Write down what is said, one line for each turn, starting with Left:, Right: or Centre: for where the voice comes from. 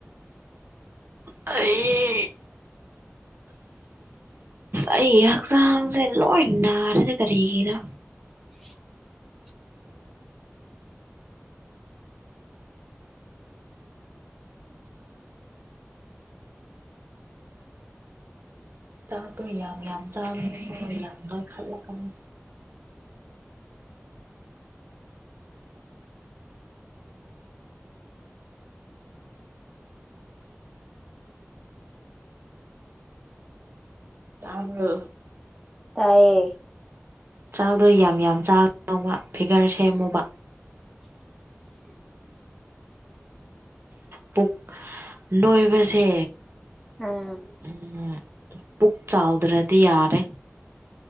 Right: ꯑꯩ ꯑꯩ ꯑꯁꯁꯂꯣ ꯏꯟꯅꯔꯦꯗꯤ ꯀꯔꯤꯒꯤꯗ
Centre: <unintelligible>
Right: ꯆꯥꯗꯣꯏ ꯌꯥꯝ ꯌꯥꯝ ꯆꯥꯕꯅꯤ ꯌꯥꯝ ꯂꯣꯏꯈꯠꯂꯛꯀꯅꯤ ꯇꯕ
Centre: ꯇꯌꯦ
Right: ꯆꯥꯛꯗꯣ ꯌꯥꯝ ꯌꯥꯝ ꯆꯥꯕ ꯐꯤꯒꯔ ꯁꯦꯝꯃꯨꯕ ꯄꯨ ꯅꯣꯏꯕꯁꯦ
Centre: ꯑꯥ
Right: ꯎꯝ ꯄꯨꯛ ꯆꯥꯎꯗ꯭ꯔꯗꯤ ꯌꯥꯔꯦ